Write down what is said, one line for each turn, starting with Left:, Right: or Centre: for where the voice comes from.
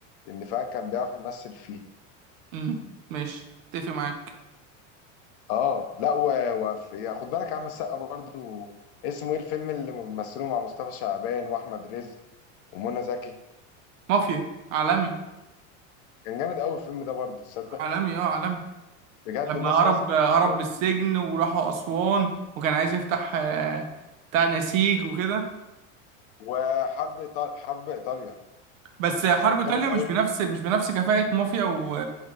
Left: لأن فعلا كان بيعرف يمثل فيه
Right: امم ماشي اتفق معاك
Left: اه لا و... وفي خد بالك يا عم السقا برضو اسمه ايه الفيلم اللي مثله مع مصطفى شعبان واحمد رزق ومنى زكي
Right: مافيا عالمي
Left: كان جامد قوي الفيلم ده برضو تصدق
Right: عالمي اه عالمي
Left: بجد
Right: لما
Left: الناس
Right: هرب
Left: ماسكه
Right: هرب
Left: فيه.
Right: من السجن وراحوا أسوان وكان عايز يفتح آه، بتاع نسيج وكده
Left: وحرب إيطال... حرب ايطاليا
Right: بس حرب
Left: كان
Right: إيطاليا
Left: جامد
Right: مش
Left: قوي
Right: بنفس مش بنفس كفاءة مافيا و...